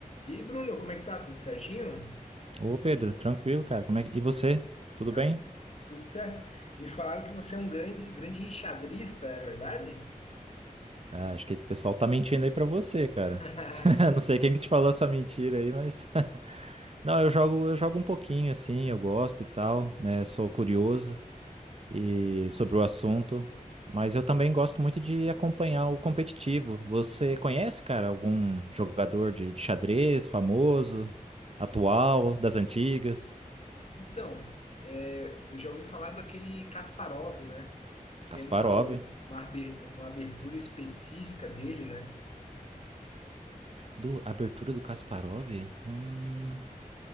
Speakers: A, on the left; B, on the right.
A: E Bruno, como é que tá? Tudo certinho?
B: Ô Pedro, tranquilo, cara. Como é que... E você? Tudo
A: Ah,
B: bem?
A: tu- tudo certo. Me falaram que você é um grande, grande enxadrista, é verdade?
B: Ah, acho que o pessoal tá mentindo aí pra você, cara.
A: <laughs>
B: <laughs> Não sei quem que te falou essa mentira aí, mas <laughs> não, eu jogo, eu jogo um pouquinho assim, eu gosto e tal, né? Sou curioso e sobre o assunto, mas eu também gosto muito de acompanhar o competitivo. Você conhece, cara, algum jogador de, de xadrez famoso, atual, das antigas?
A: Então, é, eu já ouvi falar daquele Kasparov, né? Tem
B: Kasparov.
A: uma, abe- uma abe- uma abertura específica dele, né?
B: Do abertura do Kasparov? Hum,